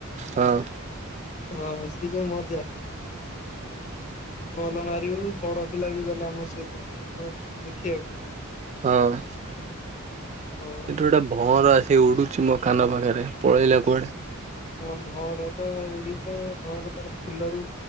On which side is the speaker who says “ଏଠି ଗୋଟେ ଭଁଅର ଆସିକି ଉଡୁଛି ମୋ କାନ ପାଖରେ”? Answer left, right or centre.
Right